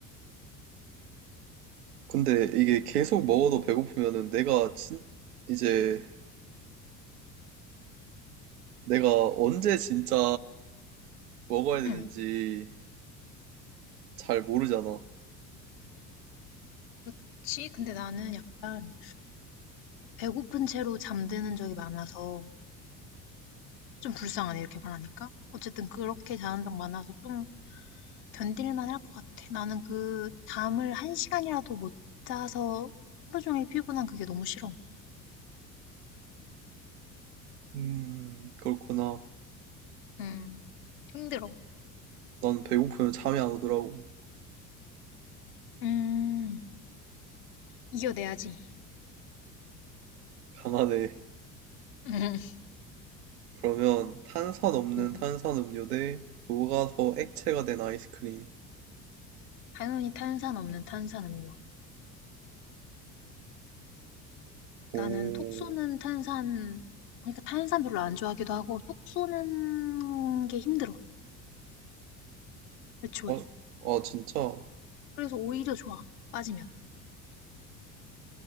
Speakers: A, on the right (about 65°); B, on the left (about 50°).
A: 근데 이게 계속 먹어도 배고프면은 내가 진 이제 내가 언제 진짜 먹어야 되는지
B: 응,
A: 잘 모르잖아.
B: 그치? 근데 나는 약간 배고픈 채로 잠드는 적이 많아서 좀 불쌍하네, 이렇게 말하니까. 어쨌든 그렇게 자는 적 많아서 좀 견딜만 할 것 같아. 나는 그 잠을 한 시간이라도 못 자서 하루 종일 피곤한 그게 너무 싫어.
A: 음, 그렇구나.
B: 음, 힘들어.
A: 난 배고프면 잠이 안 오더라고.
B: 음, 이겨내야지.
A: 가만해.
B: <laughs> 음,
A: 그러면 탄산 없는
B: 음.
A: 탄산 음료 대 녹아서 액체가 된 아이스크림.
B: 당연히 탄산 없는 탄산 음료.
A: 오,
B: 나는 톡 쏘는 탄산, 그러니까 탄산 별로 안 좋아하기도 하고, 톡 쏘는 게 힘들어. 애초에.
A: 아, 아 진짜?
B: 그래서 오히려 좋아. 빠지면.